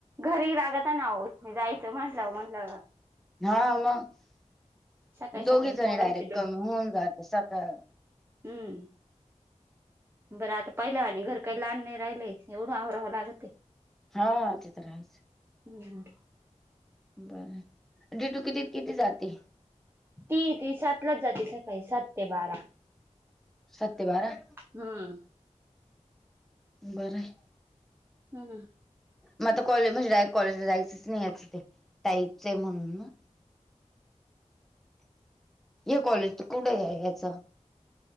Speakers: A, on the right; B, in the centre.
A: घरी रागत नाहो जायचं म्हटलं म्हंलं
B: हा मग
A: सकाळी सकाळी
B: दोघीचणी
A: पोरांचे
B: डायरेक्ट कमी होऊन जातं सका
A: उम्म. बरं आता पहिलं आणि घर काही लहान नाही राहिले एवढं आवरावं लागत आहे.
B: हा ते तर आहेच.
A: हम्म.
B: बरं म्हणजे तु कितीत किती जाते.
A: ती ती सातलाच जाते सकाळी सात ते बारा.
B: सात ते बारा.
A: हम्म.
B: बरं आहे.
A: हम्म हम्म.
B: मग आता कॉलेज म्हणजे कॉलेज जायचंच नाही याचं ते टाईपच आहे म्हणून. ये कॉलेजत कुठे जायचा.